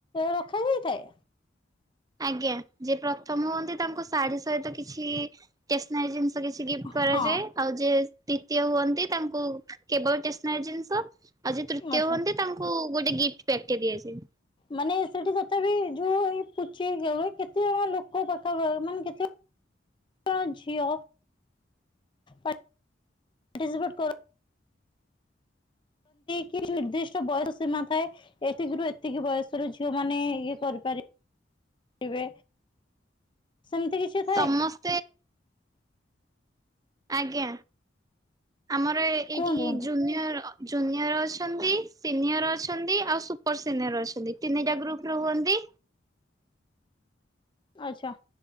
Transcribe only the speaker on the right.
ଆଜ୍ଞା, ଯେ ପ୍ରଥମ ହୁଅନ୍ତି ତାଙ୍କୁ ଶାଢ଼ୀ ସହିତ କିଛି ଟେସନାରୀ ଜିନିସ କିଛି ଗିଫ୍ଟ କରାଯାଏ।
ଆଉ ଯି ଦ୍ଵିତୀୟ ହୁଅନ୍ତି ତାଙ୍କୁ କେବଳେ ଟେସନାରୀ ଜିନିଷ, ଆଉ ଯେ ତୃତୀୟ
ହୁଅନ୍ତି ତାଙ୍କୁ ଗୋଟେ ଗିଫ୍ଟ ପ୍ୟାକେଟ୍ ଦିଆହେଇଛି।
ସମସ୍ ଆଜ୍ଞା ଆମର ଏଇଠି
ଜୁନିୟର ଜୁନିୟର ଅଛନ୍ତି ସିନିୟର ଅଛନ୍ତି ଆଉ ସୁପର ସିନିୟର ଅଛନ୍ତି ତିନିଟା ଗ୍ରୁପରେ ହୁଅନ୍ତି।